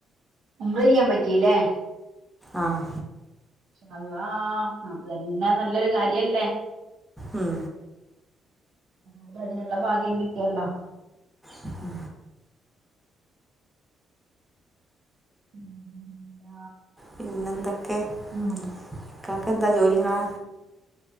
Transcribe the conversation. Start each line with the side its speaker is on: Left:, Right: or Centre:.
Right: ഉംറ ചെയ്യാൻ പറ്റില്ലേ
Centre: ആഹ്
Right: അള്ളാ അത് തന്നെ നല്ലൊരു കാര്യല്ലേ
Centre: ഉം
Right: ആത് അതിനുള്ള ഭാഗ്യം കിട്ടിയല്ലോ
Centre: ഉം
Right: ഉ
Centre: പിന്നെന്തൊക്കെ ഇക്കക്കെ
Right: ഉം
Centre: എന്താ ജോലിങ്ങളാ